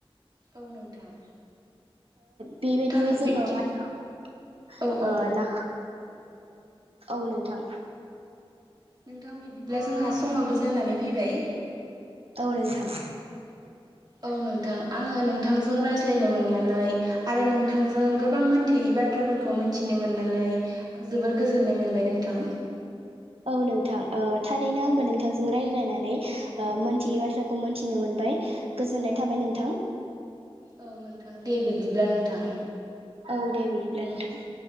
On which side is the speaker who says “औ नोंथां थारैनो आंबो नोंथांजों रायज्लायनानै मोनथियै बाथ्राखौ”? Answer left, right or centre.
Right